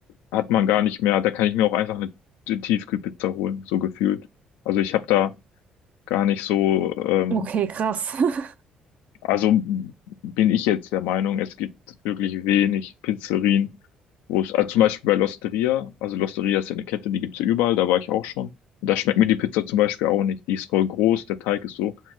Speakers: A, on the left (about 80°); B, on the right (about 55°).
A: hat man gar nicht mehr, da kann ich mir auch einfach eine Tiefkühlpizza holen, so gefühlt. Also ich habe da gar nicht so, ähm,
B: Okay, krass. <laughs>
A: Also bin ich jetzt der Meinung, es gibt wirklich wenig Pizzerien, wo es, also zum Beispiel bei L'Osteria, also L'Osteria ist ja eine Kette, die gibt's ja überall, da war ich auch schon. Und da schmeckt mir die Pizza zum Beispiel auch nicht. Die ist voll groß, der Teig ist so